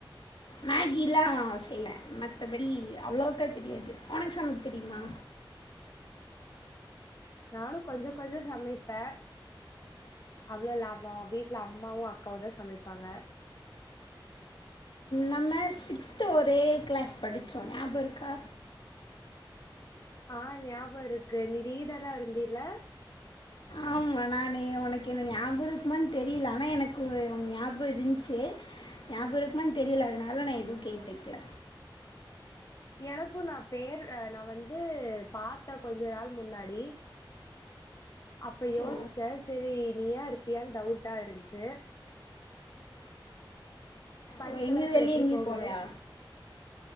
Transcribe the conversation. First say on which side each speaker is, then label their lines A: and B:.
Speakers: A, on the left; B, on the left.
A: மேகிலா செய்வ மத்தபடி அவ்ளோக்கா தெரியாது ஒனக்கு சமைக்க தெரியுமா
B: நானு கொஞ்ச கொஞ்சோ சமைப்பே அவ்ளோலா <unintelligible> வீட்ல அம்மாவு அக்காவு தா சமப்பாங்க
A: நம்ம சிக்ஸ்த்து ஒரே க்ளாஸ் படிச்சோ ஞாப இருக்கா
B: ஆ ஞாப இருக்கு நீ ரீடரா இருந்திலா
A: ஆம நானு உனக்கு என்ன ஞாப இருக்குமானு தெரியல ஆனா எனக்கு உன் ஞாப இருந்துச்சு ஞாப இருக்குமானு தெரியல அதனால நா எதுவு கேட்டுக்கல
B: எனக்கு நா பேரு அ நா வந்து பாத்தே கொஞ்ச நாள் முன்னாடி அப்ப யோசிச்ச
A: ஓ
B: செரி நீயா இருப்பியான் டவுட்டா இருந்துச்சு படிப்பெல்லா
A: ஓ எங்கியு
B: இப்ப
A: வெளிய
B: எப்டி
A: எங்கியு
B: போகுது
A: போலயா